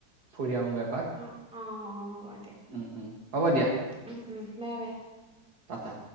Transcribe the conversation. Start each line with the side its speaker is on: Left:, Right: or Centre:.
Right: ফুৰি আহোগৈ এপাক
Centre: অ অ অ হ'ব দিয়া।
Right: উম হ'ব।
Centre: উম উম বাই বাই।
Right: পাতা।